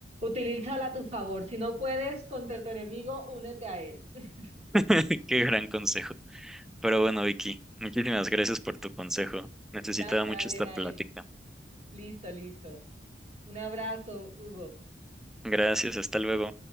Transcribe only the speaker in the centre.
<laughs> Qué gran consejo. Pero bueno, Vicky, muchísimas gracias por tu consejo. Necesitaba
mucho
esta
plática.
Gracias, hasta luego.